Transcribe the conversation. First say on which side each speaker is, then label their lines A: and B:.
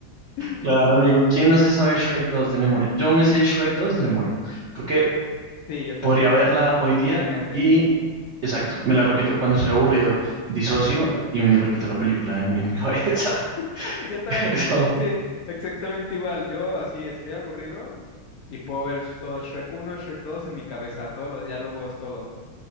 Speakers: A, on the left; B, on the right.
A: <laughs>
B: Claro, amigo. ¿Quién no se sabe Shrek dos de memoria? Yo me sé Shrek dos de memoria. Creo que
A: Sí, yo también,
B: podría verla hoy día
A: en mi mente.
B: y, exacto, me la repito cuando estoy aburrido, disocio y me repito la película en, en mi cabeza.
A: <laughs> Yo también,
B: <laughs> Es
A: sí, exactamente igual. Yo así estoy aburrido Y puedo ver todo Shrek uno Shrek dos en mi cabeza, todos los diálogos, todo,